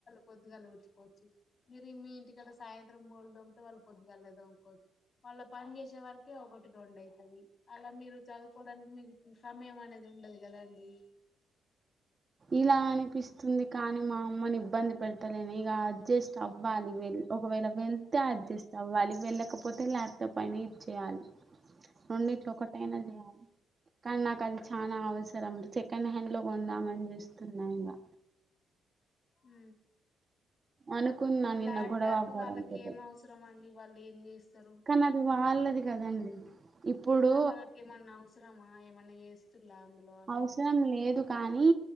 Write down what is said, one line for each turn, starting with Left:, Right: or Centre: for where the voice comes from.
Left: పొద్దుగాల ఊడ్చికోవచ్చు మీరి మీ ఇంటికడ సాయంత్రం పోూలదామ్తో వాళ్ళు పొద్దుగాలే తోముకోవచ్చు వాళ్ళ పని చేసే వరకే ఒకటి రెండు అవుతది అలా మీరు చదువుకోవడానికి మీకు సమయం అనేది ఉ ఉండదు కదండి
Right: ఇలా అనిపిస్తుంది కానీ మా అమ్మని ఇబ్బంది పెట్టలేను ఇక అడ్జెస్ట్ అవ్వాలి వెళ్ళి ఒకవేళ వెళ్తే అడ్జస్ట్ అవ్వాలి వెళ్ళకపోతే ల్యాప్టాప్ అయిన ఇచేయాలి రెండిట్లో ఒకటైనా
Left: ఉమ్
Right: చేయాలి కానీ నాకు అది చాలనా అవసరం సెకండ్ హ్యాండ్ లో కొందామని చేస్తున్నా ఇంకా
Left: ఉ
Right: అనుకున్నా
Left: మరి
Right: నిన్న
Left: ల్యాప్టాప్
Right: గొడవ అవ్వడంతోటే
Left: వాళ్ళకి ఏం అవసరం అండి వాళ్ళు ఎన్ని రు
Right: కానీ అది వాళ్ళది కదండి ఇప్పుడు
Left: ఆహా వాళ్ళకిమన్నా అవసరమా ఏమ అన్న చేస్తులా అందులో అని
Right: అవసరం లేదు కానీ